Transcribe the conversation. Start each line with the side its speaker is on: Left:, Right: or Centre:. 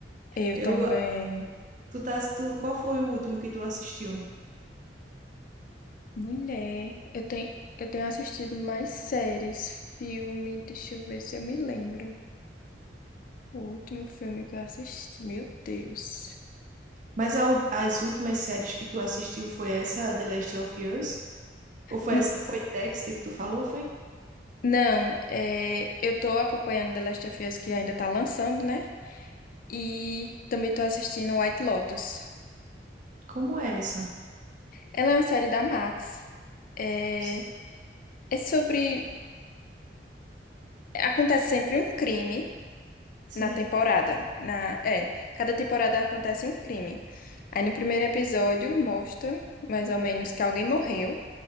Left: Eu
Right: Eu,
Left: também.
Right: tu tá, tu, qual foi o último que tu assistiu?
Left: Mulher, eu tenho, eu tenho assistido mais séries, filme, deixa eu ver se eu me lembro. O último filme que eu assisti, meu Deus.
Right: Mas a u- as últimas séries que tu assistiu foi essa, The Last of Us? Ou foi
Left: N-
Right: essa, foi Dexter que tu falou, foi?
Left: não, é, eu tô acompanhando The Last of Us que ainda tá lançando, né? E também tô assistindo White Lotus.
Right: Como é essa?
Left: Ela é uma série da Max. É,
Right: S-
Left: é sobre Acontece sempre um crime
Right: Sim.
Left: na temporada. Na, é, cada temporada acontece um crime. Aí no primeiro episódio mostra mais ou menos que alguém morreu.